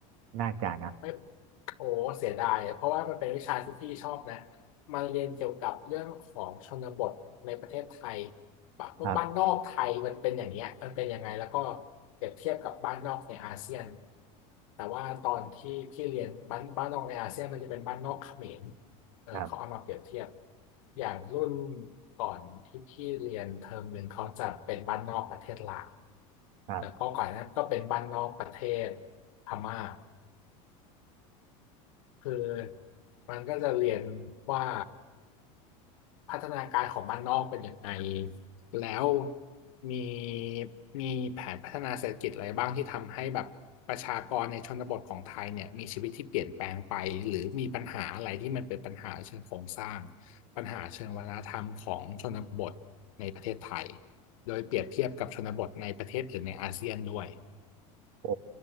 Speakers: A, on the right (about 65°); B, on the left (about 80°).
A: น่าจะนะ
B: ไม่โอ้เสียดายเพราะว่ามันเป็นวิชาที่พี่ชอบนะมันเรียนเกี่ยวกับเรื่องของชนบทในประเทศไทยบบ้านนอกไทยมันเป็นอย่างเงี้ยมันเป็นยังไงแล้วก็
A: ครับ
B: เปรียบเทียบกับบ้านนอกในอาเซียนแต่ว่าตอนที่พี่เรียนบ้านบ้านนอกในอาเซียนมันจะเป็นบ้านนอกเขมรเออเขาเอามาเปรียบเทียบ
A: ครับ
B: อย่างรุ่นก่อนที่พี่เรียนเทอมหนึ่งเขาจะเป็นบ้านนอกประเทศลาว
A: ครับ
B: แล้วก็ก่อนหนานั้นก็เป็นบ้านนอกประเทศพม่า คือมันก็จะเรียนว่าพัฒนาการของบ้านนอกเป็นยังไงแล้วมีมีแผนพัฒนาเศรษฐกิจอะไรบ้างที่ทำให้แบบประชากรในชนบทของไทยเนี่ยมีชีวิตที่เปลี่ยนแปลงไปหรือมีปัญหาอะไรที่มันเป็นปัญหาเชิงโครงสร้างปัญหาเชิงวัฒนธรรมของชนบทในประเทศไทยโดยเปรียบเทียบกับชนบทในประเทศอื่นในอาเซียนด้วย
A: โอ้